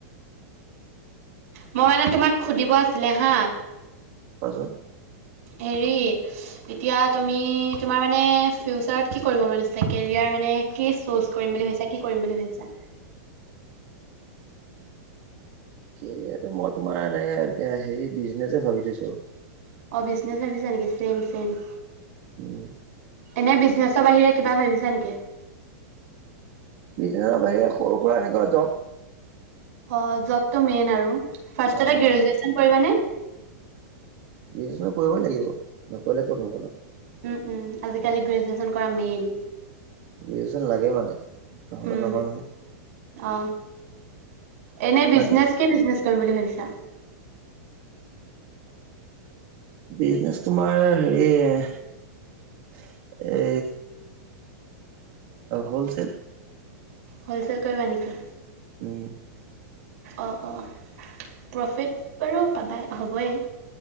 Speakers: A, on the right (about 65°); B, on the right (about 45°).
A: মই মানে, তোমাক সুধিব আছিলে হা?
B: <unintelligible>
A: হেৰি এতিয়া, তুমি তোমাৰ মানে, ফিউচাৰত কি কৰিব মন আছে। কেৰিয়াৰ মানে, কি চুজ কৰিম বুলি ভাবিছা! কি কৰিম বুলি ভাবিছা?
B: কেৰি ম তোমাৰ এনেকে হেৰি বিজনেচ ভাবি থৈছো
A: অঁ বিজনেছ চাৰ্ভিছ নেকি চেম চেম
B: উম
A: এনে বিজনেছৰ বাহিৰে কিবা ভাবিছে নেকি
B: বিজনেছৰ বাহিৰে সৰু সুৰা এনেকুৱা জব
A: অ জবটো মেইন আৰু ফাৰ্ষ
B: অ অ
A: গ্ৰেজেচন কৰিব নে
B: বি কৰিবই লাগিব নকৰিলে ক'ত হ'ব ন
A: উম উম আজিকালি গ্ৰেজুৱেশ্যন কৰা মেইন
B: গেজচন লাগেই মানে নহলে
A: উম
B: নহয় নহয়
A: অ এনে বিজনেছ
B: বাকী
A: কি বিজনেচ কৰিম বুলি ভাবিছা
B: বিজনেচ তোমাৰ হেৰি এই হলচেল
A: হ'লচেল কৰিবা নেকি
B: উম
A: অ অ প্ৰফিট বাৰু পাবা হ'বয়ে